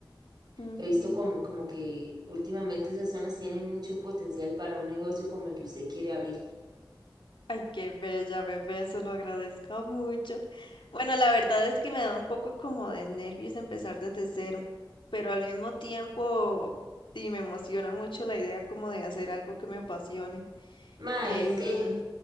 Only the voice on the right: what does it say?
He visto como, como que últimamente esas zonas tienen mucho potencial para un negocio como el que usted quiere abrir.
Mae,
es que